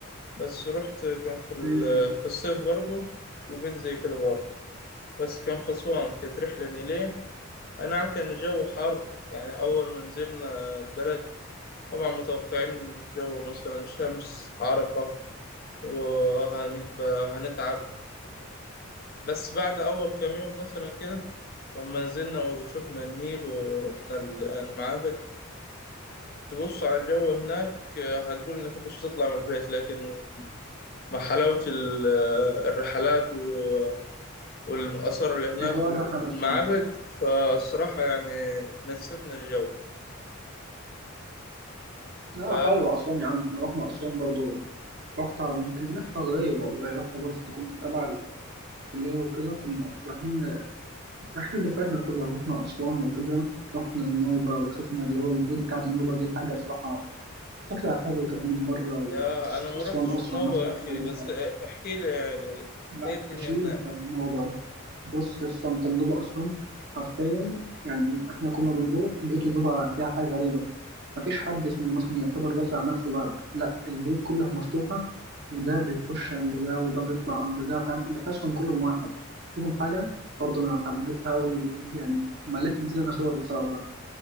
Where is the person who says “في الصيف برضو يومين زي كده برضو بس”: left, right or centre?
Left